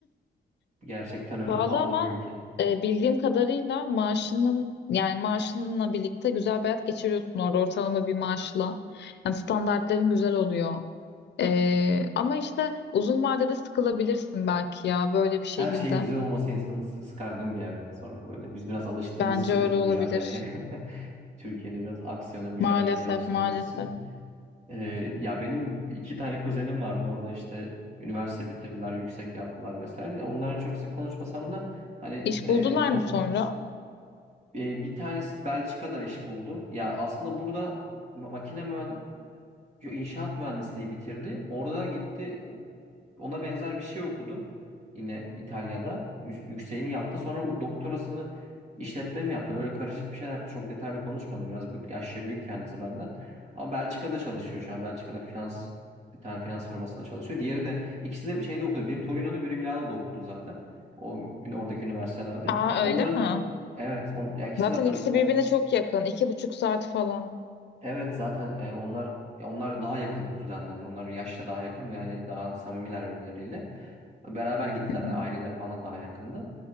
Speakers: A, on the right; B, on the left.
A: Gerçekten öyle
B: Pahalı
A: pahalı
B: ama
A: bir ülke.
B: e, bildiğim kadarıyla maaşının yani maaşınla birlikte güzel bir hayat geçiriyorsun orada ortalama bir maaşla. Yani standartların güzel oluyor. E, ama işte uzun vadede sıkılabilirsin belki ya böyle bir şehirde.
A: Her şeyin güzel olması insanı sı- sıkardığım bir yerden sonra böyle. Biz biraz alıştığımız
B: Bence
A: için
B: öyle
A: burada
B: olabilir.
A: mücadeleye. <laughs> Türkiye'de biraz aksiyona, mücadeleye
B: Maalesef
A: alıştığımız
B: maalesef.
A: için. Ee, ya benim iki tane kuzenim vardı orada işte üniversite bitirdiler, yüksek yaptılar vesaire. Ya Onlarla çok sık konuşmasam da hani
B: İş
A: e,
B: buldular
A: sos
B: mı sonra?
A: e, bir tanesi Belçika'da iş buldu. Ya aslında burada ma- makine mühendisliği, inşaat mühendisliği bitirdi. Orada gitti Ona benzer bir şey okudu. Yine İtalya'da. Yü- Yükseğini yaptı. Sonra doktorasını işletme mi yaptı? Böyle karışık bir şey yaptı. Çok detaylı konuşmadım. Biraz büyük- yaşça büyük kendisi benden. Ama Belçika'da çalışıyor şu an. Belçika'da bir finans bir tane finans firmasında çalışıyor. Diğeri de ikisi de şeyde okudu. Biri Torino'da, biri Milano'da okudu zaten. O oradaki üniversitelerde.
B: Aa
A: Onların
B: öyle mi?
A: evet, on, ya ikisi
B: Zaten
A: zaten
B: ikisi
A: o
B: birbirine çok yakın. İki buçuk saat falan.
A: evet zaten e, onlar ya onlar daha yakın kuzenler. Onların yaşça daha yakın ve yani daha samimiler birbirleriyle. Beraber gittiler.
B: Hı hı.
A: Aileler falan daha yakındı.